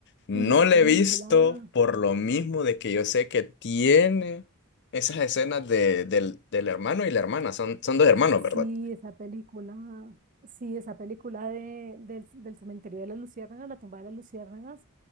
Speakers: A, on the left; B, on the right.
A: No
B: Uy, esa
A: la
B: película,
A: he visto por lo mismo de que yo sé que tiene esas escenas de, del, del hermano y la hermana, son, son dos hermanos,
B: sí,
A: ¿verdad?
B: esa película, sí, esa película de, del, del cementerio de las luciérnagas, la tumba de las luciérnagas.